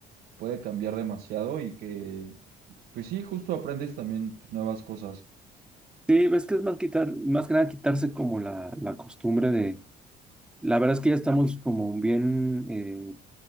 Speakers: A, on the right; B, in the centre.
A: puede cambiar demasiado y que, pues sí, justo aprendes también pues, nuevas cosas.
B: <laughs> sí, ves que es más quitar, más que nada quitarse como la, la costumbre de La verdad es que ya estamos como bien, eh,